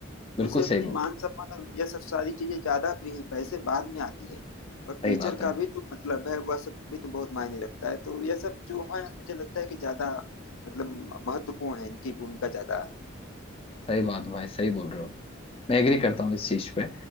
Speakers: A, on the left (about 85°); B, on the left (about 25°).
A: तो
B: बिल्कुल
A: उसे
B: सही
A: अपनी
B: बोल
A: मान
B: रहे हो
A: सम्मान और यह सब सारी चीजें ज्यादा प्रिय पैसे बाद में आती है और
B: सही
A: टीचर
B: बात
A: का
B: है
A: भी जो मतलब है वह सब भी तो बहुत मायने रखता है तो यह सब जो है मुझे लगता है कि ज्यादा मतलब महत्वपूर्ण है इनकी भूमिका ज्यादा है
B: सही बात भाई सही बोल रहे हो मैं एग्री करता हूँ इस चीज पे